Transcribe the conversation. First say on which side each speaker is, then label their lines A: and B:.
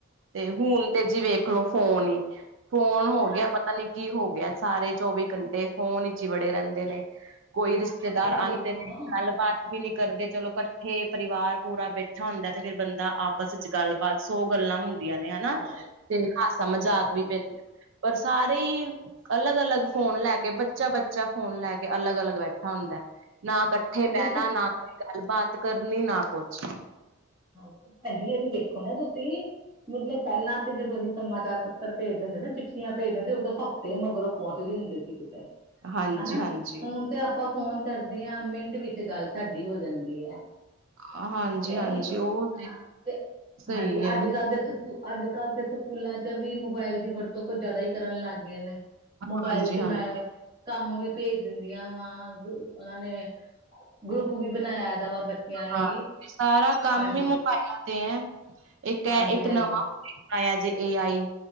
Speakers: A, on the right (about 60°); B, on the right (about 25°).
A: ਤੇ ਹੁਣ ਤੇ ਜੀ ਵੇਖਲੋ ਫੋਨ ਹੀ ਫੋਨ
B: ਹਾਂ,
A: ਹੋ ਗਿਆ ਪਤਾ ਨੀ ਕੀ ਹੋ ਗਿਆ ਸਾਰੇ ਚੌਵੀ ਘੰਟੇ ਫੋਨ ਵਿਚ ਹੀ ਵੜੇ ਰਹਿੰਦੇ ਨੇ ਕੋਈ ਰਿਸ਼ਤੇਦਾਰ
B: ਪਰ ਇਹ ਵੀ
A: ਆਉਂਦੇ
B: ਦੇਖੋ
A: ਨੇ
B: ਨਾ
A: ਗੱਲਬਾਤ ਵੀ ਨੀ ਕਰਦੇ ਚਲੋ ਇਕੱਠੇ ਪਰਿਵਾਰ ਪੂਰਾ ਬੈਠਾ ਹੁੰਦਾ ਤੇ ਫੇਿਰ ਬੰਦਾ ਆਪਸ ਵਿੱਚ ਗੱਲਬਾਤ ਸੌ ਗੱਲਾਂ ਹੁੰਦੀ ਆਂ ਨੇ ਹਨਾ
B: ਚੱਲ ਪਏ।
A: ਤੇ ਹਾਸਾ ਮਜ਼ਾਕ
B: ਹਾਂਜੀ ਹਾਂਜੀ
A: ਵੀ ਪੈਂਦੇ ਪਰ ਸਾਰੇ ਹੀ ਅਲੱਗ ਅਲੱਗ ਫੋਨ ਲੈ ਕੇ ਬੱਚਾ ਬੱਚਾ ਫੋਨ ਲੈ ਕੇ ਅਲੱਗ ਅਲੱਗ ਬੈਠਾ ਹੁੰਦਾ ਨਾ ਇਕੱਠੇ
B: ਮਤਲਬ
A: ਬਹਿਣਾ
B: ਕਿ
A: ਨਾ ਕੋਈ ਗੱਲਬਾਤ ਕਰਨੀ ਨਾ ਕੁਛ।
B: <unintelligible> ਪੈਂਜੀ ਇਹ ਵੀ ਵੇਖੋ ਨਾ ਤੁਸੀ ਮਤਲਬ ਪਹਿਲਾਂ ਤੇ ਜਦੋਂ ਅਸੀਂ ਸਮਾਚਾਰ ਪੱਤਰ ਭੇਜ ਦਿੰਦੇ ਨਾ ਚਿੱਠੀਆਂ ਭੇਜ ਦਿੰਦੇ ਉਦੋਂ ਤੇ ਮਗਰੋਂ ਪਹੁੰਚਦੀ ਹੁੰਦੀ ਸੀ ਕਿਤੇ
A: ਹਾਂਜੀ
B: ਹਨਾ
A: ਹਾਂਜੀ
B: ਹੁਣ ਤੇ ਆਪਾਂ ਫੋਨ ਕਰਦੇ ਹਾਂ ਮਿੰਟ ਵਿੱਚ ਗੱਲ ਸਾਡੀ ਹੋ ਜਾਂਦੀ ਹੈ।
A: ਹਾਂਜੀ
B: ਤੇ ਇਹ
A: ਹਾਂਜੀ
B: ਵੀ
A: ਉਹ
B: ਹਾਂ ਤੇ
A: ਸਹੀ
B: ਹਾਂਜੀ
A: ਹੈ
B: ਅੱਜ ਕੱਲ ੱਲ ਸਕੂ ਅੱਜ ਕੱਲ੍ਹ ਤੇ ਸਕੂਲਾਂ ਚ ਵੀ ਮੋਬਾਇਲ ਦੀ ਵਰਤੋਂ ਕੁਝ ਜ਼ਿਆਦਾ ਹੀ ਕਰਨ ਲੱਗ ਗਏ ਨੇ। ਮੋਬਾਇਲ
A: ਹਾਂਜੀ
B: ਚ
A: ਹਾਂਜੀ
B: ਮੈ ਕੰਮ ਵੀ ਭੇਜ ਦਿੰਦੀਆਂ ਵਾ ਉਹਨਾਂ ਨੇ ਗਰੁੱਪ ਵੀ ਬਣਾਇਆ ਇਹਦਾ ਵਾ ਬੱਚਿਆਂ ਲਈ
A: ਹਾਂ ਸਾਰਾ ਕੰਮ
B: ਹਾਂਜੀ
A: ਹੀ ਮੋਬਾਈਲਾਂ ਤੇ ਐ ਇੱਕ ਹੈ
B: ਹਾਂਜੀ
A: ਇੱਕ
B: ਹਾਂਜੀ
A: ਨਵਾਂ ਆਆ ਜੇ ਏ ਆਈ